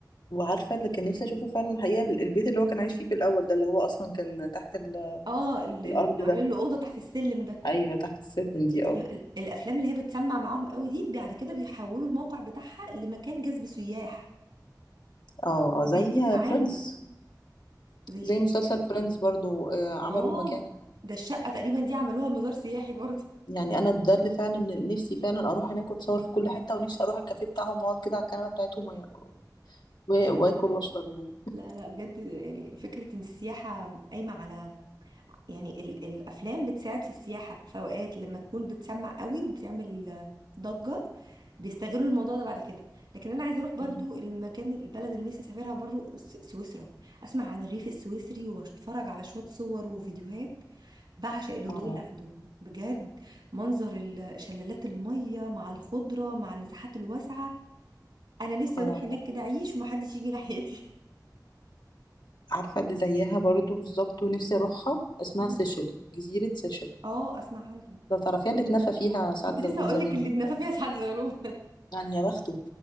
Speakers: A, on the left (about 75°); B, on the right (about 85°).
A: وعارفه اللي كان نفسي اشوفه فعلا الحقيقه البيت اللي هو كان عايش فيه في الاول ده اللي هو اصلا كان تحت ال-
B: اه ال- ال-
A: الارض ده
B: عاملين له أوضة تحت السلم ده
A: ايوه تحت السلم دي اه
B: ال- الافلام اللي هي بتسمع معاهم قوي دي بعد كده بيحولوا الموقع بتاعها لمكان جذب سياح
A: اه اه
B: وبيجيب
A: زي
B: معاهم
A: فريندز
B: زي
A: زي
B: ايه
A: مسلسل فريندز برضو آه عملوا
B: اه
A: المكان
B: ده الشقة تقريبا دي عملوها مزار سياحي برضه <laughs>
A: يعني انا ده اللي فعلا نفسي فعلا اروح هناك واتصور في كل حته ونفسي اروح الكافيه بتاعهم واقعد كده على الكنبه بتاعتهم و- و- واكل واشرب يعني
B: لا لا بجد يعني فكرة ان السياحة قايمة على يعني ال الافلام بتساعد في السياحة في اوقات لما تكون بتسمع قوي وبتعمل ضجة بيستغلوا الموضوع ده بعد كده لكن انا عايزة اروح برضو
A: مم.
B: المكان البلد اللي نفسي اسافرها برضو س- سويسرا اسمع عن الريف السويسري واتفرج على شوية صور وفيديوهات بعشق الهدوء
A: اه
B: اللي عندهم بجد منظر ال- شلالات المية مع الخضرة مع المساحات الواسعة انا نفسي
A: اه آه.
B: اروح هناك كده اعيش ومحدش يجي ناحيتي
A: عارفه اللي زيها برضو بالظبط ونفسي اروحها اسمها
B: مم.
A: سيشل جزيره سيشل
B: <laughs> اه اسمع عنها
A: لو تعرفيها اللي اتنفى فيها سعد
B: كنت
A: زغلول
B: لسه هقول
A: زمان
B: لك اللي اتنفى فيها سعد زغلول
A: يعني يا بخته